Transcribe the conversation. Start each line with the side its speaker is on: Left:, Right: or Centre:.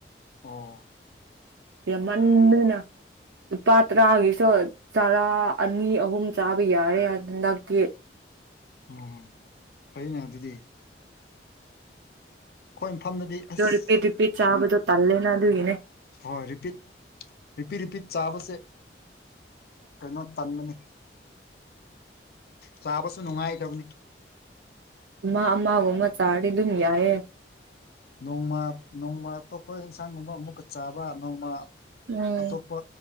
Left: ꯑꯣ
Right: ꯌꯥꯝ ꯃꯟꯕꯅ ꯂꯨꯄꯥ ꯇꯔꯥꯒꯤꯁꯨ ꯆꯔꯥ ꯑꯅꯤ ꯑꯍꯨꯝ ꯆꯥꯕ ꯌꯥꯔꯦ ꯍꯟꯗꯛꯇꯤ
Left: ꯎꯝ ꯐꯩꯅ ꯑꯗꯨꯗꯤ ꯑꯩꯈꯣꯏ ꯃꯐꯝꯗꯗꯤ ꯑꯁ
Right: ꯑꯗꯣ ꯔꯤꯄꯤꯠ ꯔꯤꯄꯤꯠ ꯆꯥꯕꯗꯨ ꯇꯜꯂꯦꯅ ꯑꯗꯨꯒꯤꯅꯦ
Left: ꯍꯣꯏ ꯔꯤꯄꯤꯠ ꯔꯤꯄꯤꯠ ꯔꯤꯄꯤꯠ ꯆꯥꯕꯁꯦ ꯀꯩꯅꯣ ꯇꯟꯕꯅꯤ ꯆꯥꯕꯁꯨ ꯅꯨꯡꯉꯥꯏꯗꯕꯅꯤ
Right: ꯑꯃꯥ ꯑꯃꯒꯨꯝꯕ ꯆꯥꯔꯗꯤ ꯑꯗꯨꯝ ꯌꯥꯏꯌꯦ
Left: ꯅꯣꯡꯃꯥ ꯅꯣꯡꯃ ꯑꯇꯣꯞꯄ ꯏꯟꯁꯥꯡꯒꯨꯝꯕ ꯑꯃꯨꯛꯀ ꯆꯥꯕ ꯅꯣꯡꯃꯥ
Right: ꯎꯝ
Left: ꯑꯇꯣꯞꯄ